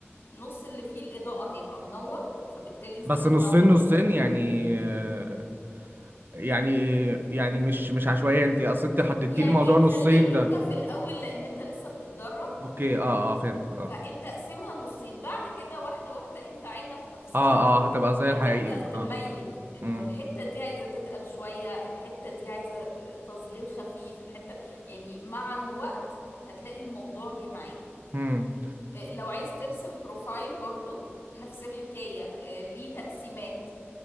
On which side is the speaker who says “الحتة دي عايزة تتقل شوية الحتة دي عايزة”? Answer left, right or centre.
Left